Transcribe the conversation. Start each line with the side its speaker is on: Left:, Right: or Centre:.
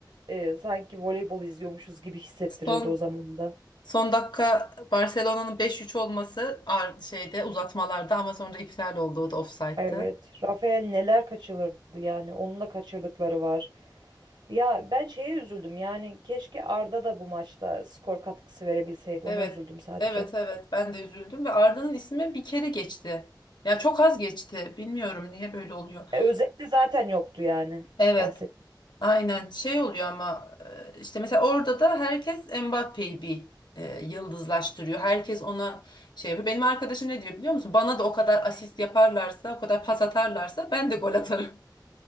Right: e, sanki voleybol izliyormuşuz gibi hissettirirdi
Left: Son
Right: o zaman da.
Left: son dakika Barcelona'nın 5-3 olması ar- şeyde uzatmalarda ama sonra iptal oldu. O da ofsayttı.
Right: Evet. Rafael neler kaçırırdı yani. Onun da kaçırdıkları var. Ya ben şeye üzüldüm yani keşke Arda da bu maçta skor katkısı verebilseydi.
Left: Evet.
Right: Ona üzüldüm sadece.
Left: Evet evet ben de üzüldüm ve Arda'nın ismi bir kere geçti. Ya çok az geçti. Bilmiyorum niye böyle oluyor.
Right: E, Özet de zaten yoktu yani
Left: Evet.
Right: bahsettim.
Left: Aynen şey oluyor ama e, işte mesela orada da herkes Mbappé'yi bir e, yıldızlaştırıyor. Herkes ona şey yapıyor. Benim arkadaşım ne diyor biliyor musun? Bana da o kadar asist yaparlarsa, o kadar pas atarlarsa ben de gol atarım.